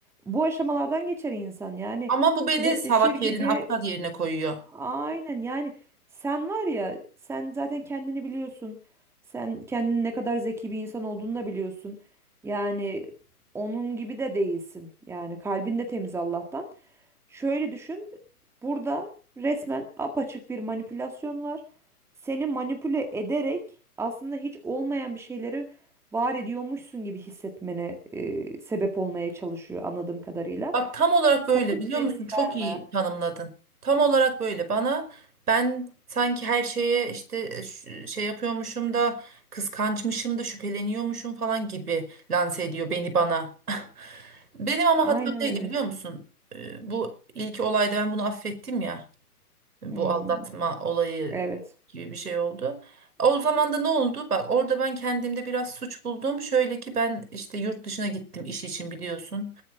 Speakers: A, in the centre; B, on the right.
A: bu aşamalardan geçer insan yani
B: ama bu beni
A: flörtleşir
B: salak
A: gibi
B: yerine aptal yerine koyuyor.
A: Aynen yani sen var ya sen zaten kendini biliyorsun. Sen kendini ne kadar zeki bir insan olduğunu da biliyorsun. Yani onun gibi de değilsin. Yani kalbin de temiz Allah'tan. Şöyle düşün. Burada resmen apaçık bir manipülasyon var. Seni manipüle ederek aslında hiç olmayan bir şeyleri var ediyormuşsun gibi hissetmene e, sebep olmaya çalışıyor anladığım kadarıyla.
B: Bak tam olarak
A: Sakın
B: böyle biliyor
A: ona izin
B: musun? Çok
A: verme.
B: iyi tanımladın. Tam olarak böyle bana ben sanki her şeye işte e, ş- şey yapıyormuşum da kıskançmışım da şüpheleniyormuşum falan gibi lanse ediyor beni bana. <laughs> Benim ama
A: Aynen
B: hatam neydi
A: öyle.
B: biliyor musun? Ee, Bu ilk olayda ben bunu affettim ya. Hani
A: Hmm.
B: Bu aldatma olayı
A: Evet.
B: gibi bir şey oldu. O zaman da ne oldu? Bak orada ben kendimde biraz suç buldum. Şöyle ki ben işte yurt dışına gittim iş için biliyorsun.